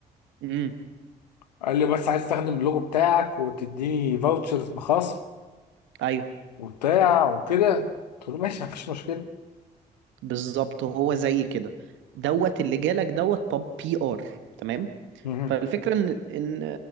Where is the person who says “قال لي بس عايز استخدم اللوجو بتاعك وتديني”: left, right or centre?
Left